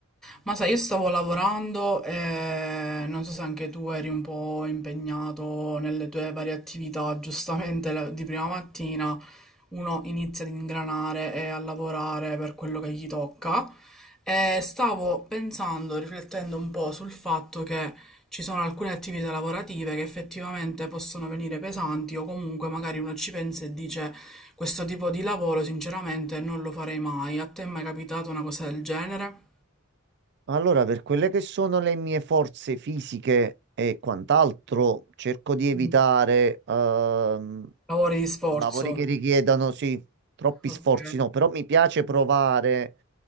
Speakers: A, in the centre; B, on the right (about 55°).
A: Ma sai, io stavo lavorando e non so se anche tu eri un po' impegnato nelle tue varie attività, giustamente la- di prima mattina uno inizia ad ingranare e a lavorare per quello che gli tocca. E stavo pensando, riflettendo un po' sul fatto che ci sono alcune attività lavorative che effettivamente possono venire pesanti o comunque magari uno ci pensa e dice questo tipo di lavoro sinceramente non lo farei mai. A te è mai capitata una cosa del genere?
B: Allora, per quelle che sono le mie forze fisiche e quant'altro, cerco di evitare
A: Mm.
B: ehm,
A: Lavori di sforzo.
B: lavori che richiedano, sì, troppi
A: Ok.
B: sforzi, no, però mi piace provare